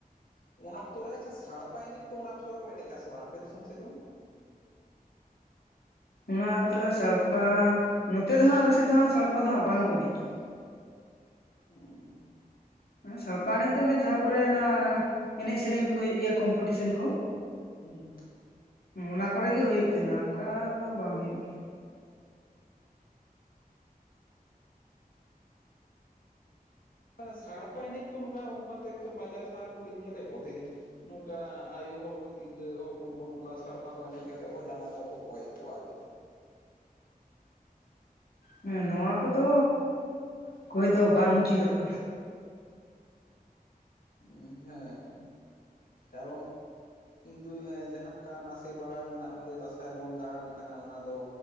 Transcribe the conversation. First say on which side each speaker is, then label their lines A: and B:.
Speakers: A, on the left (about 65°); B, on the left (about 85°).
A: ᱚᱱᱟ ᱚᱠᱛᱚ ᱨᱮ ᱟᱪᱪᱷᱟ ᱥᱟᱲᱯᱟ ᱮᱱᱮᱡ ᱫᱚ ᱚᱱᱟ ᱚᱠᱛᱚ ᱨᱮᱠᱚ ᱮᱱᱮᱡ ᱟᱥᱮ ᱵᱟᱝ ᱟᱯᱮ ᱫᱤᱥᱚᱢ ᱥᱮᱫ ᱫᱚ?
B: ᱚᱱᱟ ᱟᱳᱛ ᱨᱮ ᱥᱟᱲᱯᱟ ᱱᱚᱛᱮ ᱫᱚ ᱦᱟᱸᱜ ᱟᱞᱮᱥᱮᱫ ᱫᱚ ᱦᱟᱜ ᱥᱟᱲᱯᱟ ᱫᱚ ᱦᱟᱸᱜ ᱵᱟᱝ ᱠᱚ ᱮᱱᱮᱡ ᱜᱮᱭᱟ᱾
A: ᱦᱩᱸ
B: ᱥᱟᱲᱯᱟ ᱮᱱᱮᱡ ᱫᱚ ᱚᱱᱮ ᱡᱟᱦᱟᱸ ᱠᱚᱨᱮ ᱚᱱᱟ ᱮᱱᱮᱡ ᱥᱮᱨᱮᱧ ᱠᱚ ᱦᱩᱭᱩᱜ ᱜᱮᱭᱟ ᱠᱚᱢᱯᱤᱴᱤᱥᱮᱱ ᱠᱚ᱾
A: ᱦᱩᱸ
B: ᱚᱱᱟ ᱠᱚᱨᱮ ᱜᱮ ᱦᱳᱭᱳᱜ ᱛᱟᱦᱮᱸᱱᱟ ᱚᱱᱠᱟ ᱫᱚ ᱵᱟᱝ ᱦᱳᱭᱳᱜ ᱜᱮᱭᱟ᱾
A: ᱢᱟᱱᱮ ᱥᱟᱲᱯᱟ ᱮᱱᱮᱡ ᱠᱚ ᱱᱚᱝᱠᱟ ᱚᱱᱠᱟ ᱛᱮᱠᱛᱚ ᱵᱟᱡᱟᱨ ᱥᱟᱦᱟᱨ ᱠᱚᱨᱮᱧ ᱧᱮᱞᱮᱫ ᱠᱚ ᱛᱟᱦᱮᱸᱜ᱾ ᱱᱚᱝᱠᱟ ᱟᱭᱳ ᱦᱚᱲ ᱠᱚ ᱛᱤᱨᱞᱟᱹ ᱦᱚᱯᱚᱱ ᱠᱚ ᱱᱚᱝᱠᱟ ᱥᱟᱲᱯᱟ ᱠᱚ ᱮᱱᱮᱡ ᱠᱟᱛᱮᱫ ᱦᱚᱸ ᱪᱟᱸᱫᱟ ᱠᱚ ᱦᱚ ᱠᱚᱭᱮᱫ ᱠᱚᱣᱟ ᱟᱨᱠᱤ᱾
B: ᱦᱮᱸ ᱱᱚᱣᱟ ᱠᱚᱫᱚ ᱚᱠᱚᱭ ᱫᱚ ᱵᱟᱝ ᱩᱪᱤᱛᱚᱜ ᱠᱟᱱᱟ᱾
A: ᱩᱸ ᱦᱮᱸ ᱠᱟᱨᱚᱱ ᱤᱱ ᱫᱩ ᱡᱟᱦᱟᱸ ᱱᱚᱝᱠᱟ ᱱᱟᱥᱮ ᱵᱟᱲᱟᱭ ᱢᱮᱱᱟᱜᱼᱟ ᱱᱚᱜᱼᱚᱭ ᱡᱮ ᱫᱟᱸᱥᱟᱭ ᱵᱚᱱ ᱫᱟᱬᱟᱱ ᱠᱟᱱᱟ ᱚᱱᱟ ᱫᱚ